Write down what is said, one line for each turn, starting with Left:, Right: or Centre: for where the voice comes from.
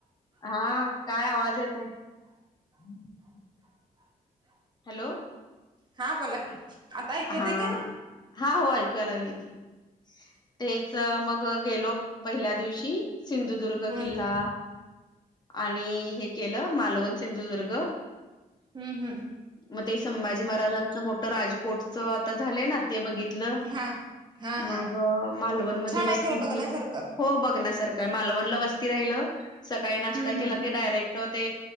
Left: हा काय आवाज येत आहे. <unintelligible> हॅलो
Right: हां बोला की आता ऐकू येतय
Left: हा
Right: काय
Left: हा हो ऐकूय लागलं की तेच मग गेलो पहिल्या दिवशी. सिंधुदुर्ग
Right: हम्म
Left: किल्ला
Right: हम्म
Left: आणि हे केलं मालवण सिंधुदुर्ग.
Right: हम् हम्
Left: म ते संभाजी महाराजांचं मोठं राजकोटच आता झालंय ना ते बघित. ल
Right: हा हा
Left: मग
Right: हा
Left: मालवण मध्ये
Right: छान
Left: वस्ती
Right: आहे खरं
Left: केल
Right: बघण्यासारखं
Left: हो बघण्यासार काय मालवणला वस्ती राहिलं सकाळी नाश्ता
Right: हम्म
Left: केला
Right: हम्म
Left: ते डायरेक्ट त ते